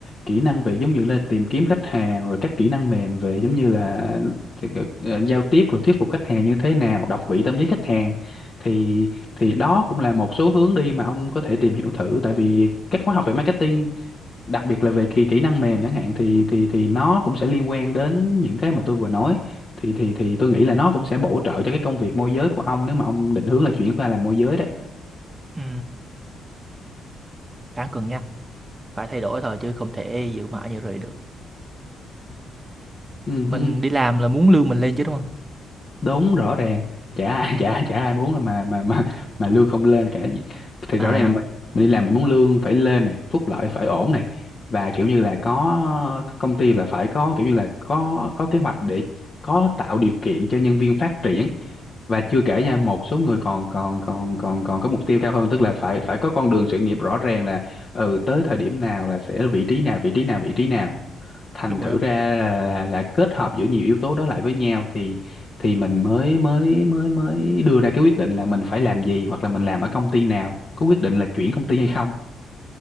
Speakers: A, on the left; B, on the right.
A: kỹ năng về giống như là tìm kiếm khách hàng rồi các kỹ năng mềm về giống như là thì cái- ờ, giao tiếp rồi thuyết phục khách hàng như thế nào đọc vị tâm lý khách hàng thì thì đó cũng là một số hướng đi mà ông có thể tìm hiểu thử tại vì các khóa học về marketing đặc biệt là về kỹ kỹ năng mềm chẳng hạn thì thì thì nó cũng sẽ liên quan đến những cái mà tôi vừa nói thì thì thì tôi nghĩ là nó cũng sẽ bổ trợ cho cái công việc môi giới của ông nếu mà ông định hướng là chuyển qua làm môi giới đấy
B: ừ. đáng cân nhắc phải thay đổi thôi chứ không thể giữ mãi như vậy được
A: Ừ.
B: mình đi làm là muốn lương mình lên chứ đúng không
A: đúng rõ ràng chả ai chả chả ai muốn mà mà mà mà lương không lên cả thì
B: à
A: rõ ràng là mình, mình đi làm mình muốn lương phải lên này phúc lợi phải ổn này và kiểu như là có công ty là phải có kiểu như là có có kế hoạch để có tạo điều kiện cho nhân viên phát triển và chưa kể nha một số người còn còn còn còn còn có mục tiêu cao hơn tức là phải phải có con đường sự nghiệp rõ ràng là ừ tới thời điểm nào là sẽ vị trí nào vị trí nào vị trí nào thành
B: đúng
A: thử
B: rồi
A: ra là, là, là kết hợp giữa nhiều yếu tố đó lại với nhau thì thì mình mới mới mới mới đưa ra cái quyết định là mình phải làm gì hoặc là mình làm ở công ty nào có quyết định là chuyển công ty hay không